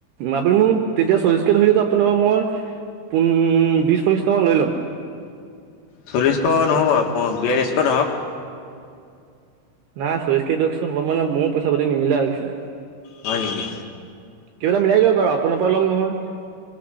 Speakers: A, on the right; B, on the left.
A: আপুনি মোক তেতিয়া চল্লিছকৈ ধৰিলেতো আপোনাৰ পৰা মই পোন বিছ পঁচিছটামান লৈ ল'ম।
B: চল্লিছ টকাকৈ নহ'ব বিয়াল্লিছকৈ ধৰক।
A: নাই চল্লিছকৈ দিয়কচোন অলপ মানে মোৰো পইচা পাতি নিমিলা হৈছে।
B: হয় নেকি
A: কিব এটা মিলাই দিয়ক আৰু আপোনাৰ পৰা ল'ম নহয়